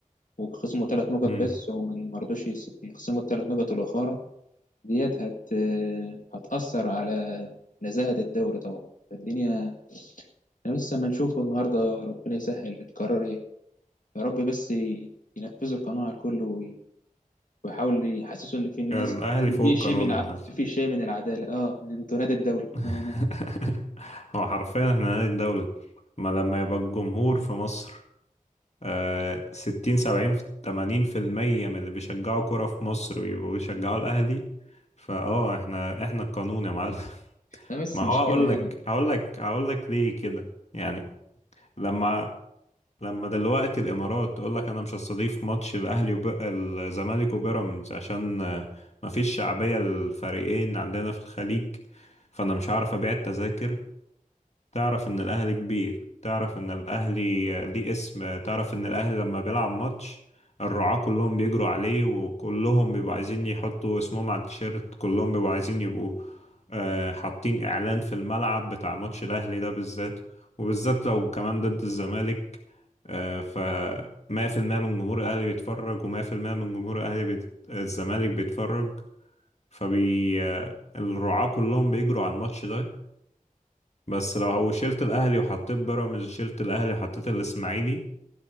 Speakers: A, on the left (about 65°); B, on the left (about 50°).
A: وخصموا ثلاث نقط
B: مم.
A: بس وما ما رضوش يس- يخصموا الثلاث نقط الاخرى ديت هت هتأثر على نزاهة الدوري طبعا فالدنيا احنا لسه ما نشوفه النهارده ربنا يسهل القرار ايه يا رب بس ي- ينفذوا القناعة على الكل وي- ويحاول يحسسوا ان في الناس
B: الأهلي فوق
A: في
B: القانون
A: شيء من الع...
B: يا معلم
A: في شيء من العدالة اه انتوا نادي الدوري
B: <laughs>
A: آه،
B: هو حرفيا احنا نادي الدولة ما لما يبقى الجمهور في مصر آه ستين سبعين تمانين في المية من اللي بيشجعوا كرة في مصر بيبقوا بيشجعوا الأهلي فاه احنا احنا القانون يا معلم <laughs>
A: لا بس
B: ما
A: مش
B: هو هقول
A: كده يعني
B: لك هقول لك هقول لك ليه كده يعني لما لما دلوقتي الامارات تقول لك انا مش هستضيف ماتش الاهلي وب... الزمالك وبيراميدز عشان آه، مفيش شعبيه للفريقين عندنا في الخليج فانا مش هعرف ابيع التذاكر تعرف ان الاهلي كبير تعرف ان الاهلي ليه اسم تعرف ان الاهلي لما بيلعب ماتش الرعاة كلهم بيجروا عليه وكلهم بيبقوا عايزين يحطوا اسمهم على التيشيرت كلهم بيبقوا عايزين يبقوا آه، حاطين اعلان في الملعب بتاع ماتش الاهلي ده بالذات وبالذات لو كمان ضد الزمالك آه، ف 100% من جمهور الاهلي بيتفرج و100% من جمهور اهلي بيت... الزمالك بيتفرج فبي آه، الرعاة كلهم بيجروا على الماتش ده بس لو هو شلت الاهلي وحطيت بيراميدز شلت الاهلي وحطيت الاسماعيلي